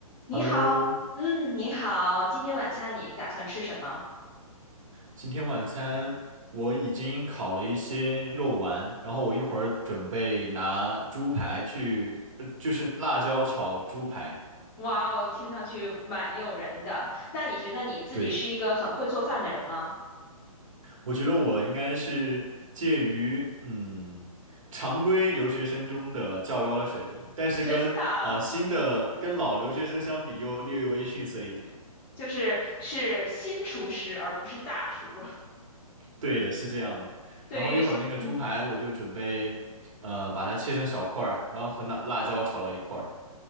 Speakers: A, on the left (about 20°); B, on the right (about 60°).
A: 你好，
B: Hello，
A: 嗯，你好，今天晚餐你打算吃什么？
B: 今天晚餐我已经烤了一些肉丸，然后我一会儿准备拿猪排去，呃就是辣椒炒猪排。
A: 哇哦，听上去蛮诱人的。那你觉得你自己是一个很会做饭的人吗？
B: 对，我觉得我应该是介于嗯常规留学生中的较高的水平，但是跟呃新的跟老留学生相比又略微逊色一点。
A: 真的啊嗯，就是是新厨师而不是大厨。<laughs>
B: 对的，是这样的。
A: 对于新嗯。
B: 然后一会儿那个猪排我就准备呃把它切成小块儿，然后和那辣椒炒到一块儿。